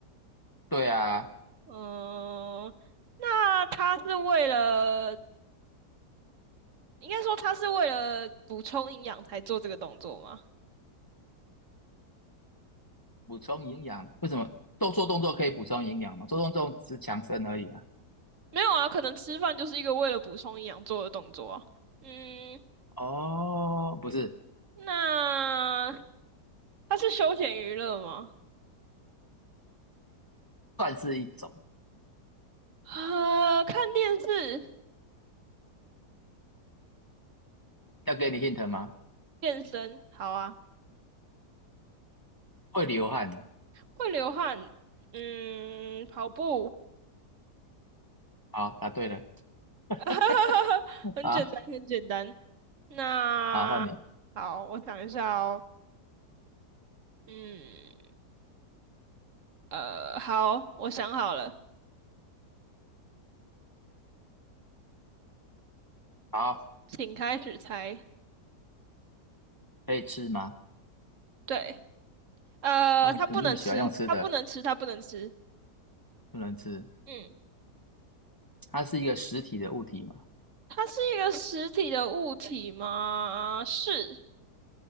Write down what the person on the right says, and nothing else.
嗯，那它是为了应该说他是为了补充营养才做这个动作吗？
没有啊，可能吃饭就是一个为了补充营养做的动作啊。嗯，
那它是休闲娱乐吗？
呃，看电视、
健身，好啊。
会流汗，嗯，跑步，
<laughs> 很简单，
很简单。那好，
我想一下哦。嗯，呃，好，我想好了，
请开始猜。
对。呃，
它不能吃，
它不能吃，它不能吃。
嗯，
它是一个实体的物体吗？是。